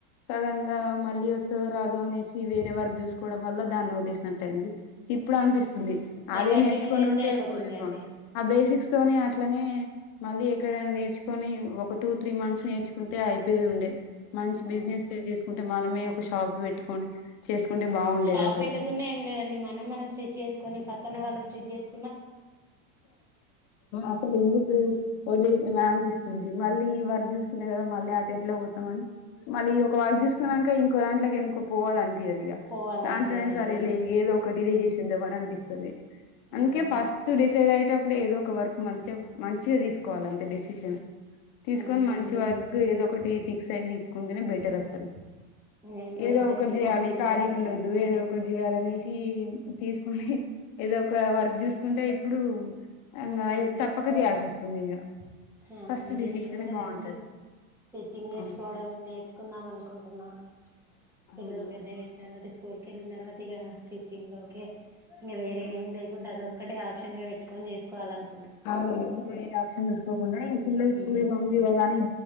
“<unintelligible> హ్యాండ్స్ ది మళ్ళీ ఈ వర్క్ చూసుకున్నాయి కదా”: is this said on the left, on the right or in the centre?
Left